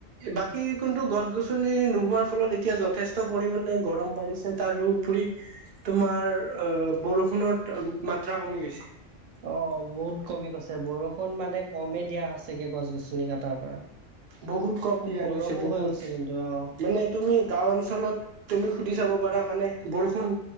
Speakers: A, on the right (about 55°); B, on the right (about 85°).
A: বাকী কোনটো গছ গছনি নোহোৱাৰ ফলত এতিয়া যথেষ্ট পৰিমাণে গৰম পৰে পৰিছে তাৰোপৰি তোমাৰ অ বৰষুণত মাত্ৰা কমি গৈছে
B: অ বহুত কমি গৈছে বৰষুণ মানে কমেই দিয়া হৈছেগে গছ গছনি কটাৰ পৰা
A: বহুত কম দিয়া
B: গৰমো
A: গৈছে বহুত
B: হৈ গৈছে কিন্তু অ
A: মানে তুমি গাঁও অঞ্চলত তুমি সুধি চাব পাৰা মানে বৰষুণ